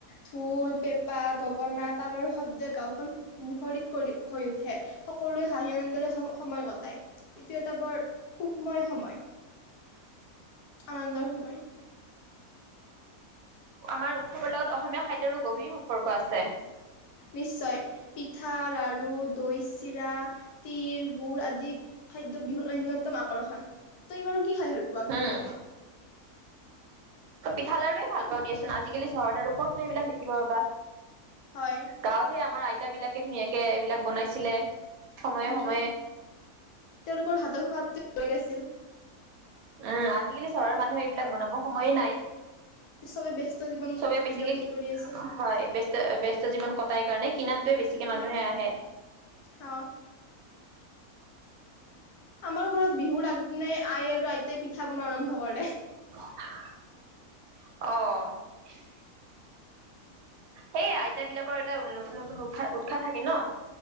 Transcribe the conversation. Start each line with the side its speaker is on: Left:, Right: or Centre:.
Left: ঢোল, পেঁপা, গগনা, তালৰ শব্দই গাওখন মুখৰিত কৰি হৈ উঠে সকলোৱে হাঁহি আনন্দৰে সম সময় কটায় এইটো এটা বৰ সুক্ষময় সময় আনন্দৰ সময়
Right: আমাৰ উৎসৱৰ লগত অসমীয়া খাদ্যৰো গভীৰ সম্পৰ্ক আছে
Left: নিশ্চয় পিঠা লাৰু দৈ চিৰা তিল গুুৰ আদি খাদ্য বিহুৰ অন্যতম আকৰ্ষণ তই বাৰু কি খাই হ'ল পোৱাক
Right: উম
Left: বিহুৰ
Right: পিঠা লাাৰুে ভাল পাও দিয়াচোন আজিকালি চহৰত আৰু কতন এইবিলাক দেখিব পাবা
Left: হয়।
Right: গাঁৱতহে আমাৰ আইতা বিলাকে ধুনীয়াকে এইবিলাক বনাইছিলে সময়ে
Left: উম
Right: সময়ে
Left: তেওঁলোকৰ হাতৰ সোৱাদটো বেলেগ আছিল
Right: উ আজিকালি চহৰৰ মানুহে এইবিলাক বনাব সময়ে নাই।
Left: চবে ব্যস্ত জীৱন
Right: চবে বেছিকে
Left: ব্যতীত কৰি আছে
Right: হয় ব্যস্ত ব্যস্ত জীৱন কটাই কাৰণে কিনাটোৱে বেছিকে
Left: হা
Right: মানুহে আহে
Left: হা আমাৰ ঘৰত বিহুৰ আগদিনাই আই আৰু আইতাই পিঠা বনাোৱা আৰম্ভ কৰে
Right: অহ সেই আইতা বিলাকৰ এটা নতুন নতুন উৎসাহ উৎসাহ থাকে ন